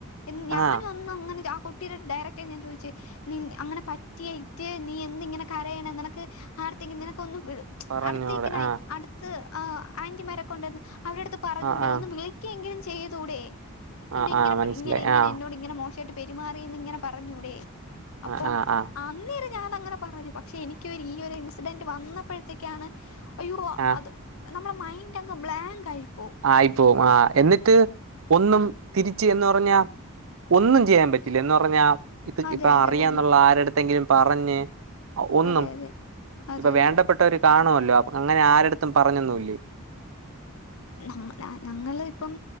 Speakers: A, on the left; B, on the right.
A: എന്ന് ഞാനൊ
B: ആ
A: ന്നും അങ്ങനെ ആ കുട്ടിയുടെ ഡയറക്റായി ഞാൻ ചോയിച്ച്. നിൻ അങ്ങനെ പറ്റിയയിറ്റ് നീ എന്ത് ഇങ്ങനെ കരയണ്. നിനക്ക് ആരെട്ത്തെങ്കി നിനക്കൊന്ന് വിളി
B: പറഞ്ഞോടെ
A: അടുത്ത് നിക്ക്ണെയ്
B: ആ
A: അടുത്ത് ആഹ് ആന്റിമാരൊക്കെ ഒണ്ടാര്ന്ന് അവരട്ത്ത് പറഞ്ഞൂടെ
B: ആ ആ
A: ഒന്ന് വിളി ക്ക എങ്കിലും ചെയ്തൂടെ
B: ആ
A: എന്നെ ഇങ്ങനെ
B: ആ മനസ്സിലായി
A: പിടി ഇങ്ങനെ ഇങ്ങനെ
B: ആ
A: എന്നോട് ഇങ്ങനെ മോശായിട്ട് പെരുമാറീന്ന് ഇങ്ങനെ പറഞ്ഞൂടെ അപ്പൊം
B: ആ ആ ആ
A: അന്നേരം ഞാനങ്ങനെ പറഞ്ഞ് പക്ഷെ എനിക്ക് ഈ ഒരു ഇൻസിഡന്റ് വന്നപ്പഴത്തേക്കാണ് അയ്യോ
B: ആ
A: അത് നമ്മളെ മൈൻഡ് അങ്ങ് ബ്ലാങ്കായിപ്പോവും
B: ആയിപ്പോവും ആഹ് എന്നിട്ട് ഒന്നും തിരിച്ച് എന്ന് പറഞ്ഞാ ഒന്നും ചെയ്യാൻ പറ്റില്ല എന്ന് പറഞ്ഞാ ഇത്
A: അതെ,
B: ഇപ്പ
A: അതെ
B: അറിയാന്നുള്ള
A: തന്നെ.
B: ആരെട് ത്തെങ്കിലും പറഞ്ഞ് ഒന്നും
A: അതെ, അതെ. അതെ,
B: ഇപ്പൊ
A: അതെ.
B: വേണ്ടപ്പെട്ട ഒര് കാണുവല്ലോ അങ്ങനെ ആരട്ത്തും പറഞ്ഞൊന്നും ഇല്ലെ
A: നമ്മ ഞങ്ങള് ഇപ്പം